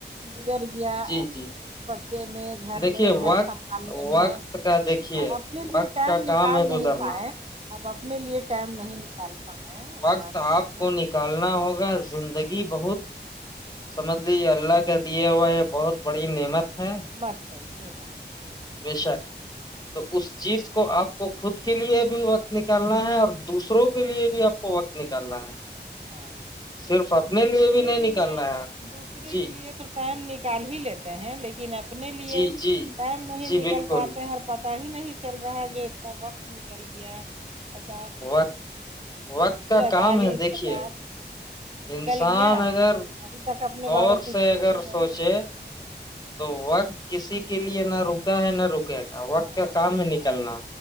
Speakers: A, on the right; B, on the left.
A: گزر گیا
B: جی جی
A: بچے میں گھر
B: دیکھیے
A: میں گھر
B: وقت
A: سنبھالنے میں
B: وقت کا دیکھیے
A: اور اپنے لیے
B: وقت
A: ٹائم
B: کا کام
A: نکال
B: ہے گزرنا
A: نہیں پائے اب اپنے لیے ٹائم نہیں نکال پائے یہ
B: وقت
A: بات
B: آپ
A: صحیح
B: کو
A: ہے
B: نکالنا ہوگا زندگی بہت سمجھ اللہ کا دیا ہوا ہے بہت بڑھیا نعمت ہے
A: بات ہے جی ہاں جی
B: بے شک تو اس چیز کو آپ کو خود کے لیے بھی وقت نکالنا ہے اور دوسروں
A: ہاں
B: کے لیے بھی آپ کو وقت نکل کر رہ ہے
A: ہاں
B: صرف اپنے لیے
A: دوسرے
B: بھی نہیں
A: کے
B: نکالنا
A: لیے
B: ہے
A: دوسرے
B: جی
A: کے لیے تو ٹائم نہیں کال ہی لیتے ہیں لیکن لن اپنے لیے
B: جی جی
A: ٹائم نہیں
B: جی
A: نکل
B: بالکل
A: پاتے اور پتاہ ہی نہیں چل رہا جو اتنا وقت نکل گیا پچاس
B: وقت وقت کا
A: پینتالیس
B: کام ہے دیکھیے
A: پچاس نکل
B: انسان
A: گیا
B: اگر
A: ابھی تک اپنے
B: غور
A: بارے کچھ
B: سے
A: سوچے
B: اگر
A: نہیں
B: سوچے تو وقت کسی کے لیے نہ رکا ہے نہ رکے وقت
A: ہاں
B: کا کام
A: جی
B: میں
A: ہاں
B: نکلنا
A: جی